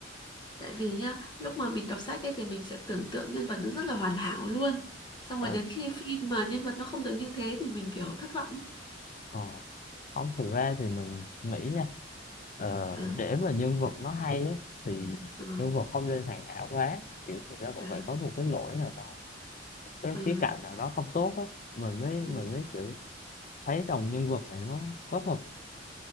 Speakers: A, on the left; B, on the left.
A: Tại vì nhá, lúc mà mình đọc sách ấy thì mình sẽ tưởng tượng nhân vật nó rất là hoàn hảo luôn. Xong
B: Ờ,
A: rồi đến khi phim mà nhân vật nó không được như thế thì mình kiểu thất vọng ấy.
B: Ồ, không thực ra thì mình nghĩ nha ờ,
A: Ờ,
B: để mà nhân vật nó hay á thì
A: ờ,
B: nhân vật không nên hoàn hảo quá kiểu người ta cũng
A: ờ,
B: phải có một cái lỗi nào đó cái
A: ờ,
B: khía cạnh nào đó không tốt á mình mới
A: ừ.
B: mình mới kiểu thấy đồng nhân vật này nó có thật